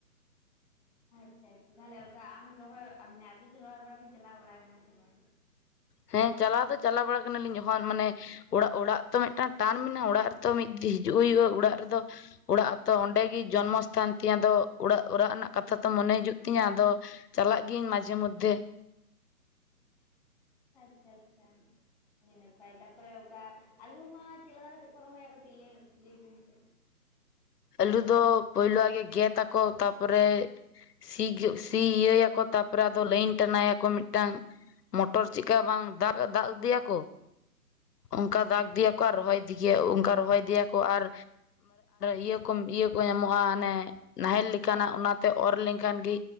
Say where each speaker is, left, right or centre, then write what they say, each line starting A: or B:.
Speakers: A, on the left; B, on the left.
A: ᱟᱪᱪᱷᱟ ᱟᱪᱪᱷᱟ ᱛᱟᱦᱚᱞᱮ ᱚᱱᱠᱟ ᱟᱢ ᱨᱚᱦᱚᱭ ᱢᱟᱱᱮ ᱟᱵᱤᱱ ᱫᱚ ᱨᱚᱦᱚᱭ ᱵᱟᱲᱟ ᱵᱤᱱ ᱪᱟᱞᱟᱣ ᱵᱟᱲᱟ ᱟᱠᱟᱱᱟ ᱥᱮ ᱵᱟᱝ
B: ᱦᱮᱸ ᱪᱟᱞᱟᱣ ᱫᱚ ᱪᱟᱞᱟᱣ ᱵᱟᱲᱟ ᱠᱟᱱᱟ ᱞᱤᱧ ᱡᱚᱠᱷᱚᱱ ᱢᱟᱱᱮ ᱚᱲᱟᱜ ᱚᱲᱟᱜ ᱛᱚ ᱢᱤᱫᱴᱟᱝ ᱴᱟᱱ ᱢᱮᱱᱟᱜ-ᱟ ᱚᱲᱟᱜ ᱨᱮᱛᱚ ᱢᱤᱫ ᱫᱤᱱ ᱦᱤᱡᱩᱜ ᱦᱩᱭᱩᱜ-ᱟ ᱚᱲᱟᱜ ᱨᱮᱫᱚ
A: <unintelligible>
B: ᱟᱛᱚ ᱚᱸᱰᱮ ᱜᱮ ᱡᱚᱱᱢᱚᱥᱛᱷᱟᱱ ᱛᱤᱧ ᱟᱫᱚ ᱚᱲᱟᱜ ᱚᱲᱟᱜ ᱨᱮᱱᱟᱜ ᱠᱟᱛᱷᱟ ᱛᱚ ᱢᱚᱱᱮ ᱦᱤᱡᱩᱜ ᱛᱤᱧᱟ ᱟᱫᱚ ᱪᱟᱞᱟᱜ ᱜᱤᱭᱟᱹᱧ ᱢᱟᱡᱷᱮ ᱢᱚᱫᱽᱫᱷᱮ
A: ᱟᱪᱪᱷᱟ ᱟᱪᱪᱷᱟ ᱦᱮ ᱱᱟᱯᱟᱭ ᱛᱟᱯᱚᱨᱮ ᱚᱠᱟ ᱟᱞᱩ ᱢᱟ ᱪᱮᱫ ᱞᱮᱠᱟ ᱠᱟᱛᱮ ᱠᱚ ᱨᱚᱦᱚᱭᱟ ᱠᱟᱹᱴᱤᱡ ᱞᱟᱹᱭ ᱵᱤᱱ ᱥᱮ?
B: ᱟᱹᱞᱩ ᱫᱚ ᱯᱳᱭᱞᱳ ᱜᱮᱫ ᱟᱠᱚ ᱛᱟᱯᱚᱨᱮ ᱥᱤ ᱥᱤ ᱤᱭᱟᱹᱭᱟᱠᱚ ᱛᱟᱯᱚᱨᱮ ᱟᱫᱚ ᱞᱟᱹᱭᱤᱱ ᱴᱟᱱᱟᱭᱟᱠᱚ ᱢᱤᱫᱴᱟᱝ ᱢᱚᱴᱚᱨ ᱪᱮᱫᱠᱟ ᱵᱟᱝ ᱫᱟ ᱫᱟᱜ ᱤᱫᱤᱭᱟᱠᱚ ᱚᱱᱠᱟ ᱫᱟᱜ ᱤᱫᱤᱭᱟᱠᱚ ᱟᱨ ᱨᱚᱦᱚᱭ ᱫᱤ ᱚᱱᱠᱟ ᱨᱚᱦᱚᱭ ᱤᱫᱤᱭᱟᱠᱚ ᱟᱨ ᱤᱭᱟᱹ ᱠᱚ ᱧᱟᱢᱚᱜᱼᱟ, ᱚᱱᱮ ᱱᱟᱦᱮᱞ ᱞᱮᱠᱟᱱᱟᱜ ᱚᱱᱟ ᱛᱮ ᱚᱨ ᱞᱮᱱᱠᱷᱟᱱ ᱜᱮ